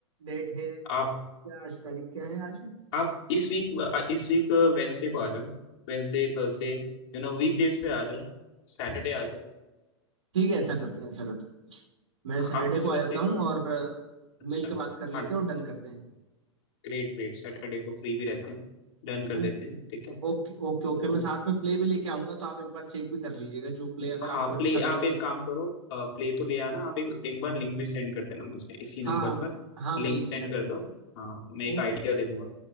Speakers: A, on the right; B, on the left.
A: डेट है
B: आप
A: क्या आज तारीख क्या है आज
B: आप इस वीक इस वीक वेंसडे को आ जाओ Wednesday Thursday you know week days पे आ जाओ सैटरडे आ जाओ
A: ठीक है ऐसा करते हैं ऐसा करते हैं मैं सैटरडे
B: आप मुझे
A: को
B: बस
A: आ जाता
B: एक
A: हूँ
B: बार
A: और अ,
B: अच्छा
A: मिल के बात कर लेते
B: हाँ
A: हैं और डन करते हैं
B: ग्रेट ग्रेट सैटरडे को फ्री भी रहते हैं डन कर
A: ओ-
B: देते हैं ठीक है
A: ओके
B: तो
A: ओके ओके मैं साथ में प्ले भी लेके आऊंगा तो आप एक बार चेक भी कर लीजिएगा जो प्ले अगर
B: हाँ
A: आपको अच्छा
B: प्ले
A: लगे
B: आप
A: वही
B: एक काम करो प्ले तो ले आना आप एक एक बार लिंक भी सेंड कर देना मुझे इसी नंबर
A: हाँ
B: पर
A: हाँ
B: लिंक
A: मैं लिंक
B: सेंड
A: शेयर
B: कर
A: कर दूंगा
B: दो हाँ मैं एक
A: ओके
B: आइडिया दे दूंगा